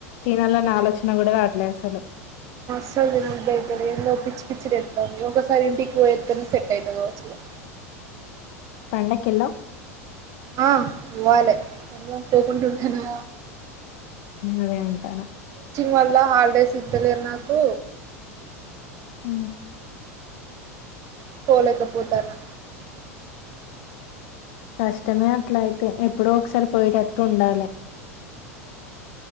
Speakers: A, on the left; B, on the right.
A: తినాలని ఆలోచన కూడా రాట్లేదు అసలు
B: చో వై అయితే ఎందు పిచ్చిలేస్తుంది ఒకసారి ఇంటికి పోస్తనే సెట్ అవుత కావచ్చు ఇ
A: పండకేలో
B: ఆ ఇవ్వాలి ఎమో పోకుంటుంటాను
A: అదే అంటారా
B: వల్ల హాలిడేస్ ఇత్తలేరు నాకు
A: ఉ
B: పోలేక పోతనా
A: కష్టమే అట్లా అయితే ఎప్పుడో ఒకసారి పోయటట్ ఉండాలి